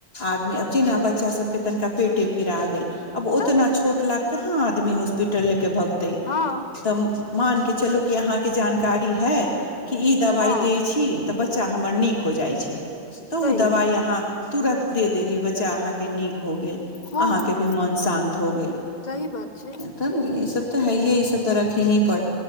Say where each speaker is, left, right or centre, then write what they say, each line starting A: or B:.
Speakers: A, on the left (about 75°); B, on the left (about 45°).
A: आदमी ब जेना बच्चा सबके तनिका पेटे पीरा गेल आब ओतना
B: तऽ
A: छोट लाग कहाँ आदमी हॉस्पिटल ले के भगतै
B: हँ
A: तब मान के चलू कि अहाँके जानकारी है कि ई दवाई
B: हँ
A: देै छी तऽ बच्चा हमर नीक हो जाइ छै तऽउ
B: सही
A: दवाइ
B: बात
A: अहाँ तुरत दे देली बच्चा अहाँ के नीक हो गेल
B: हँ
A: अहाँ के भी मन शान्त हो गेल
B: सही बात छै
A: तब ई सब तऽ है य इ सब तरखही